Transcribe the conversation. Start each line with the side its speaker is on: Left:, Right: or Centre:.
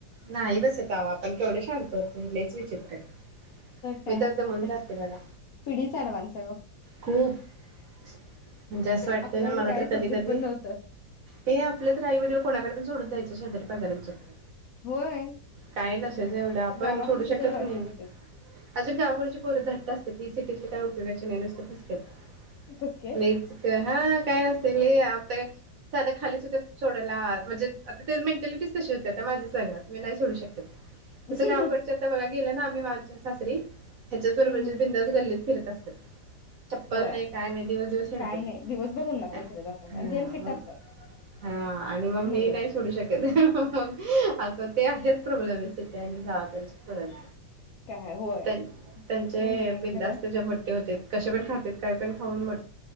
Right: नाही बसत आवा केवढ शांत होतं ते विचित्र आहेत.
Left: काय
Right: मी तर दमून
Left: आता
Right: जाते बघा
Left: पिढीच ऍडव्हान्स आहे ओ
Right: खूप जस वाटते
Left: आपल्या
Right: ना
Left: एवढं
Right: मला
Left: काय
Right: तर कधी
Left: समजत
Right: कधी
Left: पण नव्हतं
Right: हे आपलं तर आई वडील कोणाकडे -पण सोडून जायचे शेजाऱ्या-पाजाऱ्यांच्याकडं
Left: होय
Right: काय नसेच एवढं आपण
Left: गावातली
Right: सोडू
Left: सुद्धा
Right: शकत
Left: जाळते
Right: नाही
Left: तिथे
Right: अजं गावकडची पोर घट्ट असते ही सिटीतली काय उपयोगाची नाही नुसत फुसकच
Left: फुसके
Right: नाहीच का हा काय नस ते लय आता साधं खाली सुद्धा सोडायला म्हणजे आता ते मेंटॅलिटीच तशी होती्या त्या माझी सगळ्यात मी नाही सोडू शकत तसं
Left: हम्म
Right: गावकडच्या आता बघा गेलं ना आम्ही च्या सासरी ह्याच्याच बरोबरचे
Left: हम्म
Right: बिंदास गल्लीत फिरत असतात. चप्पल
Left: होय
Right: नाही काय नाही दिवस दिवस हिंडतात
Left: काही नाही दिवसभर उन्हात
Right: हा
Left: नाही फिरत असतात आणि ते फिट
Right: म
Left: असतात
Right: हा आणि मग
Left: मुलं
Right: मी नाही सोडू शकत म असं त्या हेच प्रॉब्लेम आहे सिट्या आणि गावाकडचे परत
Left: काय होय
Right: त्यां त्यांचे
Left: ते
Right: हे
Left: मेन आहे
Right: बिंदास्त
Left: खरं
Right: जे मोट्ठे होतात. कशे पण खातात काय पण खाऊन मो